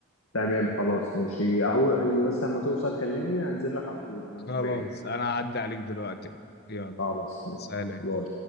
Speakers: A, on the left; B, on the left.
A: تمام خلاص ماشي أو بس لما توصل كلمني هنزل لك على طول أنا
B: خلاص
A: مش بعيد
B: انا هعدي عليك دلوقتي اهو يلا
A: خلاص ماشي
B: سلام
A: باي